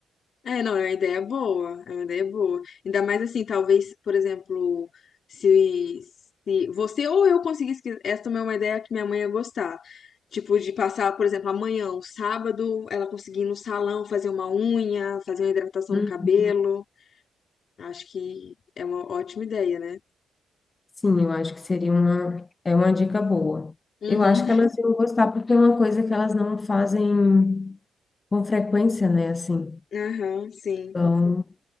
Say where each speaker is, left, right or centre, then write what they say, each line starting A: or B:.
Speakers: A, on the left; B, on the left.
A: É, não, é uma ideia boa, é uma ideia boa. Ainda mais assim, talvez, por exemplo, se, se você ou eu conseguisse, que- essa também é uma ideia que minha mãe ia gostar. Tipo, de passar, por exemplo, amanhã, um sábado, ela conseguir ir no salão, fazer uma unha, fazer uma hidratação
B: Hum,
A: no cabelo. Acho que é uma ótima ideia, né?
B: Sim, eu acho que seria uma, é uma dica boa.
A: Uhum.
B: Eu acho que elas iam gostar, porque é uma coisa que elas não fazem com frequência, né? Assim.
A: Aham, sim.
B: Então,